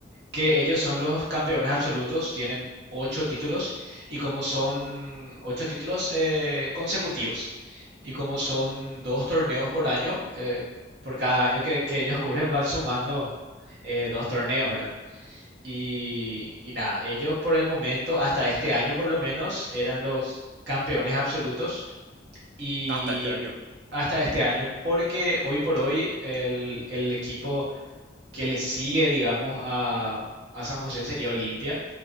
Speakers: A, on the right (about 60°); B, on the right (about 80°).
A: que ellos son los campeones absolutos, tienen ocho títulos y como son ocho títulos eh, consecutivos y como son dos torneos por año, eh, por cada año que, que ellos cubren van sumando eh, dos torneos, ¿verdad? Y, y nada, ellos por el momento, hasta este año por lo menos, eran los campeones absolutos y
B: Hasta este año,
A: hasta este año porque hoy por hoy el, el equipo que le sigue, digamos, a, a San José sería Olimpia.